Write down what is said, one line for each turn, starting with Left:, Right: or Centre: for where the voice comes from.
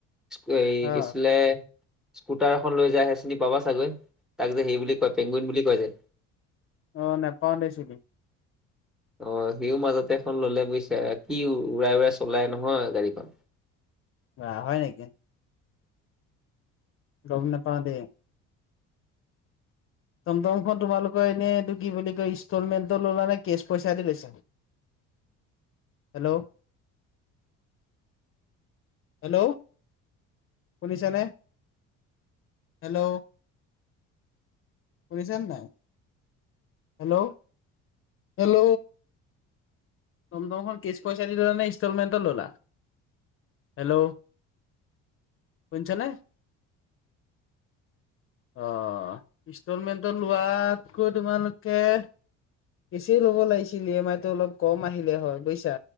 Centre: স্কু এই
Left: অ
Centre: কি আছিলে স্কুটাৰ এখন লৈ যায় সেই চিনি পাবা চাগৈ তাক যে সেই বুলি কয় পেংগুইন বুলি কয় যে
Left: অ নেপাও‌ দেই ‍‍চিনি
Centre: অ সিও মাজতে এখন ললে বুজিছা কি উৰাই উৰাই চলাই নহয় গাড়ীখন।
Left: বা হয় নেকি গম নাপাও দেই টমটমখন তোমালোকৰ এনেই এইটো কি বুলি কয় ইনষ্টলমেণ্টত ললা নে কেচ পইচা দি লৈছা হেল্ল হেল্ল ‌শুনিছা নে হেল্ল শুনিছা নাই! Hello hello. টমটমখন কেচ পইচা দিলা নে ইনষ্টলমেণ্টত ল'লা হেল্ল'। শুনিছা নে। অ ইনষ্টলমেণ্টত লোৱাতকৈ তোমালোকে কেছে ল'ব লাগিছিল ই এম আই টো অলপ কম আহিলে হয় বুজিছা।